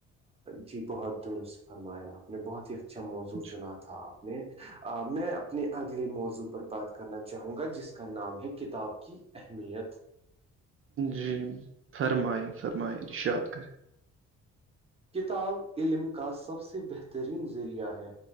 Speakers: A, on the right; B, on the right.
A: جی بہت درست فرمایا آپ نے بہت ہی اچھا موضوع
B: سچ
A: چنا تھا آپ نے میں اپنے اگلے موضوع پر بات کرنا چاہوں گا جس کا نام ہے کتاب کی اہمیت
B: جی فرمائیں فرمائیں ارشاط کریں
A: کتاب علم کا سب سے بہترین ذریعہ ہے